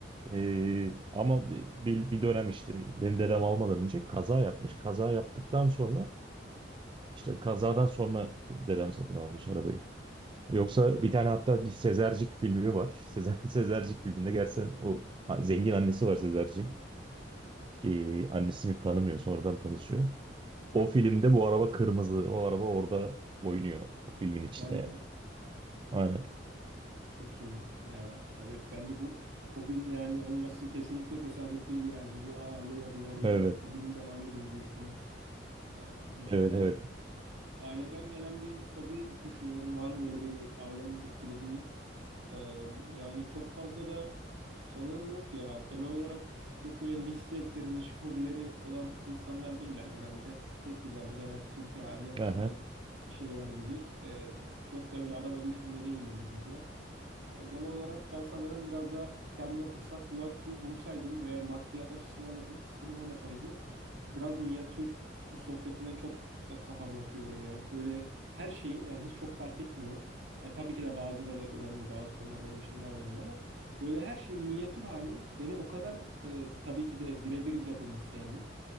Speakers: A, on the right; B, on the right.
A: E, ama bir, bir dönem işte benim dedem almadan önce kaza yapmış. Kaza yaptıktan sonra işte kazadan sonra dedem satın almış arabayı. Yoksa bir tane hatta bir Sezercik filmi var. Sezer, <laughs> Sezercik filminde gerçekten o zengin annesi var Sezercik'in ki annesini tanımıyor sonradan tanışıyor. O filmde bu araba kırmızı. O araba orada oynuyor. O filmin içinde
B: vay be
A: yani. Aynen.
B: çok iyi ya evet bence bu hobin yani olması kesinlikle tesadüf değil yani bu aile yadigarı
A: Evet.
B: bir hobinin devamı gibi büyük ihtimal. Ee, Bizde
A: Evet evet.
B: Aileden gelen bir hobi düşünüyorum. Var mı böyle beni ailemin etkilediği? Ee, yani çok fazla da sanırım yok ya. Genel olarak çok böyle niş zevkleri, niş hobileri olan insanlar değiller genelde. Tek düzenli, genel Türkiye aile yapısına
A: Aha.
B: şeyler gibi. Ee, çok da böyle araba düşkünde değildir bizimkiler. Yani genel olarak ben sanırım biraz da kendime fırsat bula- bulsaydım ve maddiyat açısından da çok bir sıkıntım olmasaydı biraz minyatür sohbetine çok e, kafam yatıyor benim ya. Böyle her şeyin yani hiç çok fark etmiyor. E, tabii ki de bazıları önemli, bazı konular benim için daha önemli ama böyle her şeyin minyatür hali beni o kadar e, tabii ki de birebir yapılması yani.